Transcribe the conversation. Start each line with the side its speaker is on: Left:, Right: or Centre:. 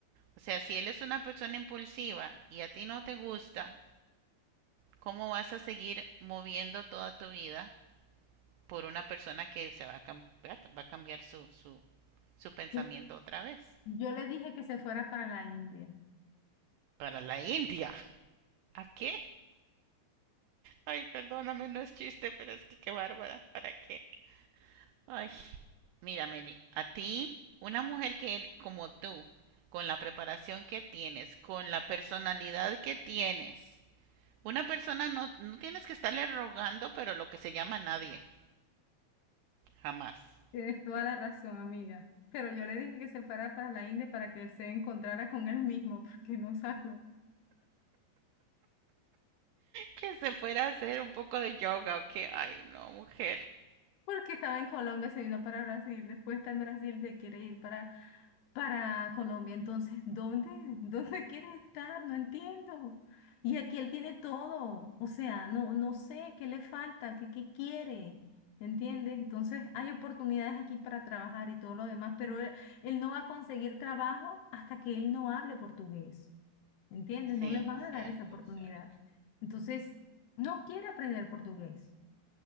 Right: O sea, si él es una persona impulsiva y a ti no te gusta, ¿cómo vas a seguir moviendo toda tu vida por una persona que se va a, cam- va a cambiar su, su, su pensamiento
Left: Yo,
Right: otra vez?
Left: yo le dije que se fuera para la India.
Right: Para la India. ¿A qué? Ay, perdóname, no es chiste, pero es que qué bárbara. ¿Para qué? Ay, mira, Meli, a ti, una mujer que er- como tú, con la preparación que tienes, con la personalidad que tienes, una persona no, no tienes que estarle rogando, pero lo que se llama nadie, jamás.
Left: Tienes toda la razón, amiga. Pero yo le dije que se fuera para la India para que él se encontrara con él mismo, porque no sabe.
Right: Que se fuera a hacer un poco de yoga o que, ay, no, mujer.
Left: porque estaba en Colombia, se vino para Brasil, después está en Brasil, se quiere ir para, para Colombia. Entonces, ¿dónde? <laughs> ¿Dónde quiere estar? No entiendo. Y aquí él tiene todo, o sea, no, no sé qué le falta, qué, qué quiere. ¿Entiendes? Entonces hay oportunidades aquí para trabajar y todo lo demás, pero él, él no va a conseguir trabajo hasta que él no hable portugués. ¿Entiendes?
Right: Sí,
Left: No le van
Right: cierto,
Left: a dar esa oportunidad.
Right: cierto.
Left: Entonces, no quiere aprender portugués.